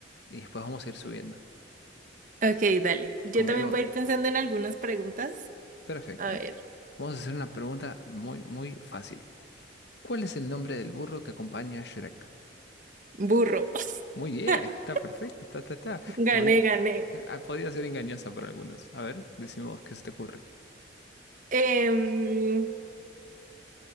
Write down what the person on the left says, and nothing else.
y después vamos a ir subiendo.
Conmigo.
Perfecto.
Vamos a hacer una pregunta muy, muy fácil. ¿Cuál es el nombre del burro que acompaña a Shrek?
Muy bien,
<laughs> está perfecto, está, está, está. Podi-
eh, ah, podía ser engañosa para algunos. A ver, decimos, ¿qué se te ocurre?